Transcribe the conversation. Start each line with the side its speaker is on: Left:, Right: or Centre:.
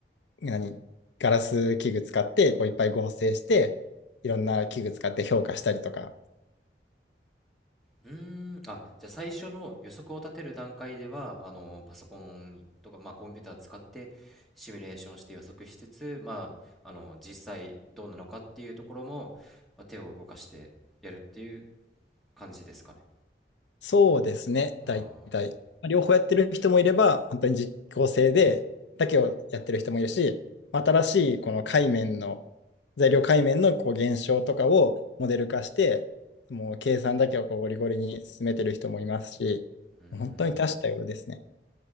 Left: 何ガラス器具使ってこういっぱい合成して、いろんな器具使って評価したりとか、
Centre: うーん、あ、じゃあ最初の予測を立てる段階では、あの、パソコンとか、まあ、コンピューター使ってシミュレーションして予測しつつ、まあ、あの、実際どうなのかっていうところも、まあ手を動かしてやるっていう感じですかね。
Left: そうですね、
Centre: ああ
Left: 大体。両方やってる人もいれば、本当に実効性で、だけをやってる人もいるし、新しいこの界面の、材料界面のこう現象とかをモデル化して、もう計算だけをこうゴリゴリに進めてる人もいますし、
Centre: うーん。
Left: 本当に多種多様ですね。